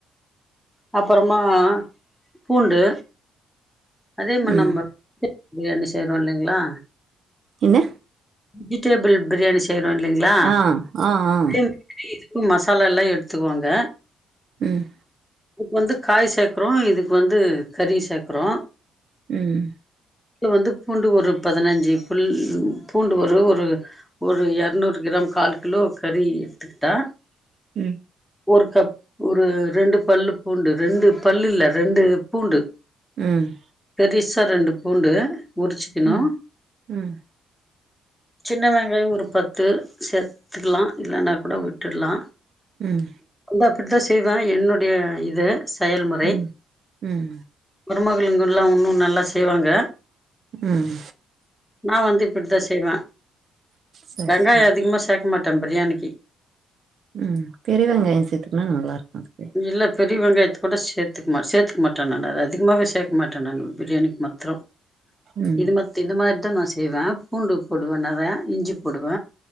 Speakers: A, in the centre; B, on the right.
A: அப்பறமா பூண்டு அதே மாரி
B: ம்.
A: நம்ப பிரியாணி செய்றோ இல்லைங்களா
B: என்ன
A: வெஜிடேபிள் பிரியாணி செய்றோ இல்லைங்களா
B: ஆ, ஆ, ஆ.
A: அ இதுக்கு மசாலால்லா எடுத்துக்குவாங்க
B: ம்
A: இதுக்கு வந்து காய் சேக்குறோ இதுக்கு வந்து கறி சேக்குறோ
B: ம்
A: இதுல வந்து பூண்டு ஒரு பதினஞ்சு புல் பூண்டு ஒரு ஒரு ஒரு எரநூறு கிராம் கால் கிலோ கறி எடுத்துக்கிட்டா
B: ம்
A: ஒரு கப் ஒரு ரெண்டு பல்லு பூண்டு ரெண்டு பல்லு இல்ல ரெண்டு பூண்டு
B: ம்
A: பெரிசா ரெண்டு பூண்டு உரிச்சுக்குணு
B: ம் ம்
A: சின்ன வெங்காய ஒரு பத்து சேத் துக்கலா இல்லன்னா கூட விட்டுட்லா
B: ம்
A: வந்து அப்படிதா செய்வ என்னுடைய இது செயல்முறை
B: ம் ம்
A: மருமகளுங்கலா உன்னு நல்லா செய்வாங்க
B: ம்
A: நா வந்து இப்படிதா செய்வ
B: சரி
A: வெங்காயோ
B: சரி
A: அதிகமா சேக்க மாட் டம் பிரியாணிக்கி
B: ம் பெரிய வெங்காய சேத்துக்குன்னா நல்லாருக்கு
A: இல்ல பெரிய வெங்காயத்து கூட சேத் துக்க மாட் சேத்துக்க மாட்ட நானு அது அதிகமாவே சேக்க மாட்ட நானு பிரியாணிக்கு மாத்திரோ
B: ம்
A: இது மாத் இந்த மாரி தா நா செய்வ பூண்டு போடுவ நெற இஞ்சி போடுவ